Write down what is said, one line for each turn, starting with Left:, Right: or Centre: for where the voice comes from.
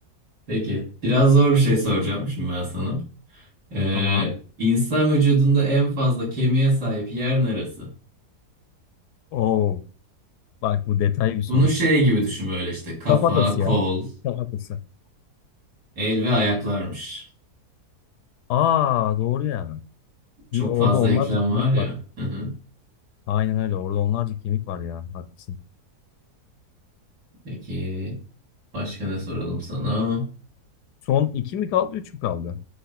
Right: Peki biraz zor bir şey soracağım şimdi ben sana. Ee,
Left: Tamam.
Right: insan vücudunda en fazla kemiğe sahip yer neresi?
Left: Oo, bak bu detaylı bir soru.
Right: Bunu şey gibi düşün böyle işte kafa,
Left: Kafatası
Right: kol,
Left: ya. Kafatası.
Right: el ve ayaklarmış.
Left: Aa doğru ya.
Right: Çok
Left: Bir orada
Right: fazla
Left: onlarca
Right: eklem
Left: kemik
Right: var ya.
Left: var.
Right: Hı hı.
Left: Aynen öyle. Orada onlarca kemik var ya. Haklısın.
Right: Peki. Başka ne soralım sana?
Left: Son 2 mi kaldı, 3 mü kaldı?